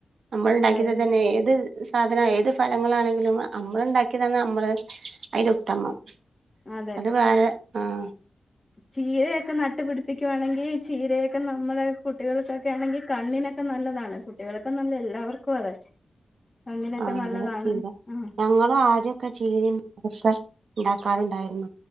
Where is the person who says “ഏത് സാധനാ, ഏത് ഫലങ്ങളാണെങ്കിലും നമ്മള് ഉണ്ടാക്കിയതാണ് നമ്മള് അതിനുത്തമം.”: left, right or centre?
Right